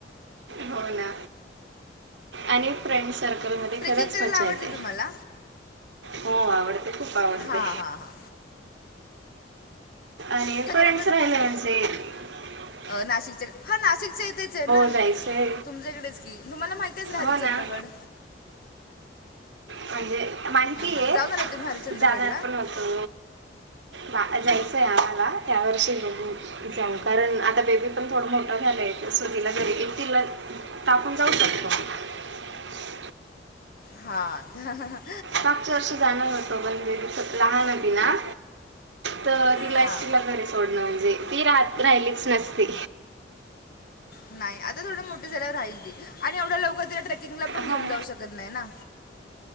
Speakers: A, on the right (about 80°); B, on the left (about 55°).
A: हो ना आणि फ्रेंडस -- सर्कलमध्ये
B: ट्रेकिंग
A: खरंच
B: करायला
A: मज्जा
B: आवडते
A: येते.
B: तुम्हाला
A: हो. आवडते खूप आवडते.
B: हां हां हां
A: आणि
B: वगैरे
A: फ्रेंडस राहिले म्हणजे --
B: नाशिकचे हा नाशिक -- इथेच हेना.
A: जायचं
B: तुमच्याकडेच कि तुम्हाला माहिती असेल हरीशचंद्रगड.
A: हो ना म्हणजे माहिती
B: हां
A: ये.
B: जाऊ ना रे तुम्ही हरिश्चंद्रगडला
A: जाणार पण होतो. जायचंय आम्हाला या वर्षी बगू जाऊ, कारण आता बेबी पण थोडा मोठा झालंय. सुग्गीला घरी येतीलच टाकून जाऊ <unintelligible>
B: हा <unintelligible>
A: मागच्या वर्षी जाणार होतो पण बेबी तर लहान होती ना. तर तिला
B: हां
A: एकटीला घरी सोडणं म्हणजे, ती राह राहिलीच नसती.
B: नाही. आता थोडं मोठे झाल्यावर राहील ती, आणि एवढ्या लवकर तिला ट्रॅक किंग ला पण घेऊन
A: हां
B: जाऊ शकत नाही ना.